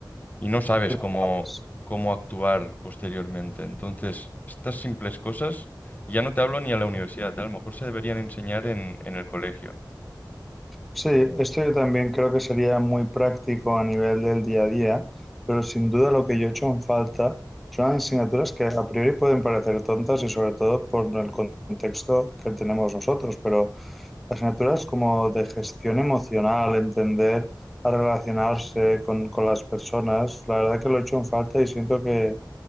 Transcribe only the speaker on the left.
y no sabes
cómo, cómo actuar posteriormente. Entonces, estas simples cosas, ya no te hablo ni a la universidad, ¿eh? a lo mejor se deberían enseñar en, en el colegio.